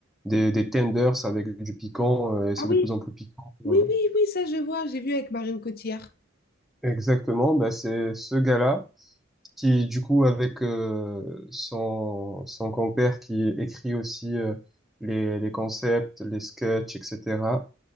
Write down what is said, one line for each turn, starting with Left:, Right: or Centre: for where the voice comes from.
Centre: des, des tenders avec du piquant euh, et
Left: Ah
Centre: c'est
Left: oui,
Centre: de plus en plus piquant.
Left: oui,
Centre: euh.
Left: oui, oui, ça je vois, j'ai vu avec Marion Cotillard.
Centre: Exactement. Bah, c'est ce gars-là qui, du coup, avec euh, son son compère qui écrit aussi euh, les les concepts, les sketchs, etc.